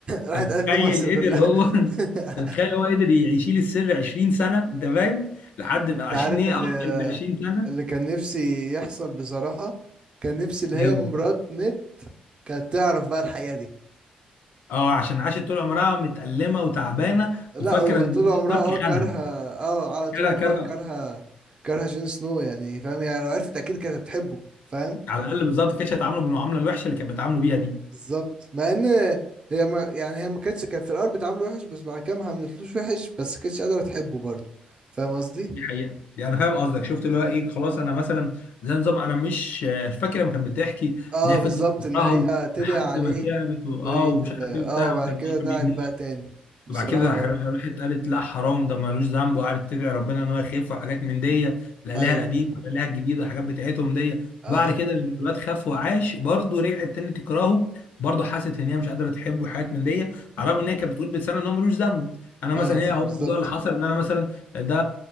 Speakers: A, on the right (about 35°); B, on the left (about 75°).
A: راحت
B: انت متخيل
A: قالت لمصر كلها
B: قدر هو <laughs> انت
A: <laughs>
B: متخيل هو قدر يشيل السر 20 سنه انت فاهم لحد ما
A: انت
B: 20
A: عارف
B: ايه
A: اللي
B: اكتر من 20 سنه
A: اللي كان نفسي يحصل بصراحة كان نفسي اللي
B: ايه
A: هي
B: هو
A: مرات نيد كانت تعرف بقى الحقيقة دي
B: اه عشان عاشت طول عمرها متألمه وتعبانه
A: لا
B: وفاكره
A: وطول
B: ان ميديا
A: عمرها
B: ستارك
A: اه كارهة
B: خانها
A: اه على طول
B: كره
A: عمرها
B: كره
A: كارهة كارهة جون سنو يعني فاهم يعني لو عرفت اكيد كانت هتحبه فاهم
B: على الاقل بالظبط ما كانتش هتعامله بالمعامله الوحشه اللي كانت بتعامله بيها دي
A: بالظبط مع ان هي ما يعني هي ما كانتش كانت في الاول بتعامله وحش بس بعد كده ما عملتلوش وحش بس ما كانتش قادره تحبه برضه فاهم قصدي
B: دي حقيقة دي انا فاهم قصدك شفت اللي هو ايه خلاص انا مثلا زي نظام انا مش آه، فاكره لما كانت بتحكي
A: اه
B: ان هي
A: بالظبط
B: فضلت تكرهه
A: ان هي تدعي
B: لحد
A: عليه
B: ما تعبت و-
A: انه
B: اه
A: ي...
B: ومش عارف ايه وبتاع
A: اه بعد
B: وكان
A: كده
B: قلبه
A: دعت
B: بيموت
A: بقى تاني بصراحه
B: وبعد كده راح-
A: اه
B: راحت قالت لا حرام ده ملوش ذنب وقعدت تدعي ربنا ان هو يخف وحاجات من دي الالهه
A: ايوه
B: القديمه الالهه الجديده الحاجات بتاعتهم دي
A: اه
B: وبعد كده لما الواد خف وعاش برضه رجعت تاني تكرهه برضه حست ان هي مش قادره تحبه وحاجات من دي على الرغم ان هي كانت بتقول بلسانها ان هو ملوش ذنب انا مثلا
A: اه
B: هي هو
A: بالظبط
B: الموضوع اللي حصل ان انا مثلا ده